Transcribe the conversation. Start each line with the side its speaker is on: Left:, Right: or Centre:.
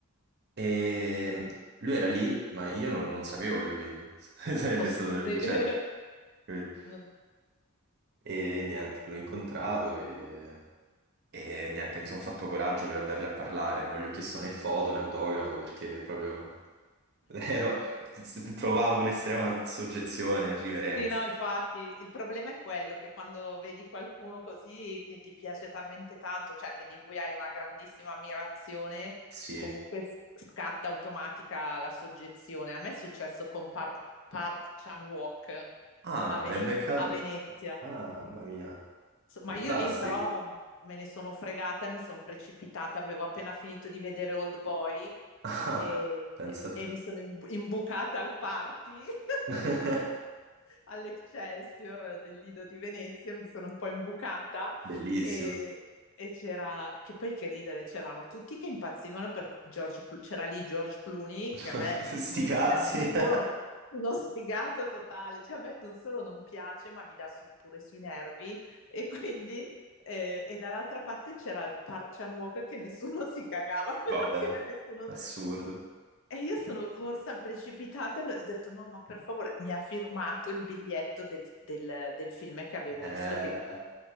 Right: E lui era lì, ma io non, non sapevo che lui <laughs> sarebbe
Left: Poss-
Right: stato lì,
Left: <laughs>
Right: cioè,
Left: sì.
Right: capito?
Left: Non-
Right: E niente, l'ho incontrato e, e niente, mi sono fatto coraggio per andargli a parlare. Non gli ho chiesto né foto né autografo perché proprio <laughs> Ero- provavo un'estrema soggezione e riverenza.
Left: Sì, no, infatti, il problema è quello che quando vedi qualcuno così che ti piace talmente tanto, cioè che di cui hai una grandissima ammirazione,
Right: Sì.
Left: comunque s- scatta automatica la soggezione. A me è successo con Park, Park Chan-wook
Right: Ah,
Left: a Venez-
Right: è beccato.
Left: a Venezia.
Right: Ah, mamma mia,
Left: S- Ma
Right: fantastico.
Left: io lì però mm, me ne sono fregata, mi sono precipitata, avevo appena finito di vedere Old Boy
Right: Ah,
Left: e,
Right: pensa
Left: e-
Right: a
Left: e
Right: te.
Left: mi sono imbu- imbucata al party <laughs>
Right: <laughs>
Left: all'Excelsior del Lido di Venezia, mi sono un po' imbucata
Right: Bellissimo.
Left: e, e c'era, che poi che ridere, c'erano tutti che impazzivano per George, Clo- c'era lì George Clooney
Right: <laughs>
Left: che a me
Right: Sti
Left: non,
Right: cazzi.
Left: cioè, non solo
Right: <laughs>
Left: uno sfigato totale, cioè a me non solo non piace ma mi dà sui- pure sui nervi e quindi eh, e dall'altra parte c'era il Parchan Walk che nessuno si cagava <laughs> perché
Right: Vabbè,
Left: nessuno...
Right: assurdo.
Left: E io sono corsa precipitata e ho detto no, ma per favore, mi ha firmato il biglietto del, del- del film che avevo
Right: Eh,
Left: visto che